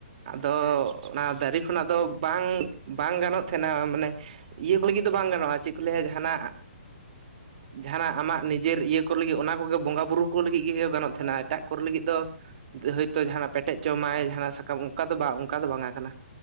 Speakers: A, on the right; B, on the right.
A: ᱟᱫᱚᱼᱼ
B: ᱦᱮᱸ
A: ᱚᱱᱟ ᱫᱟᱨᱮ ᱠᱷᱚᱱᱟᱜ ᱫᱚ ᱵᱟᱝ ᱵᱟᱝ ᱜᱟᱱᱚᱜ ᱛᱟᱸᱦᱮᱱᱟ, ᱢᱟᱱᱮ ᱤᱭᱟᱹ ᱠᱚ ᱞᱟᱹᱜᱤᱫ ᱫᱚ ᱵᱟᱝ ᱜᱟᱱᱚᱜᱼᱟ ᱾ ᱪᱮᱫ
B: ᱦᱮᱸ
A: ᱠᱚ ᱞᱟᱹᱭᱟ ᱡᱟᱸᱦᱟᱱᱟᱜᱼᱼ ᱡᱟᱸᱦᱟᱱᱟᱜ ᱟᱢᱟᱜ ᱱᱤᱡᱮᱨ ᱤᱭᱟᱹ ᱠᱚ ᱞᱟᱹᱜᱤᱫ ᱚᱱᱟ ᱠᱚᱜᱮ ᱵᱚᱸᱜᱟ ᱵᱩᱨᱩ ᱠᱚ ᱞᱟᱹᱜᱤᱫ ᱜᱮᱼᱼ ᱜᱟᱱᱚᱜ
B: ᱚᱱᱟ
A: ᱛᱟᱸᱦᱮᱱᱟ ᱾ ᱮᱴᱟᱜ ᱠᱚᱨᱮ ᱞᱟᱹᱜᱤᱫ ᱫᱚ ᱦᱚᱭᱛᱳ ᱡᱟᱸᱦᱱᱟᱜ ᱯᱮᱴᱮᱡ ᱡᱚᱢᱟᱭ
B: ᱵᱟᱝ ᱜᱟᱱᱚᱜ
A: ᱡᱟᱸᱦᱱᱟᱜ ᱥᱟᱠᱟᱢᱼᱼ ᱚᱱᱠᱟ ᱫᱚ ᱵᱟᱝ ᱚᱱᱠᱟ ᱫᱚ ᱵᱟᱝᱟ ᱠᱟᱱᱟ,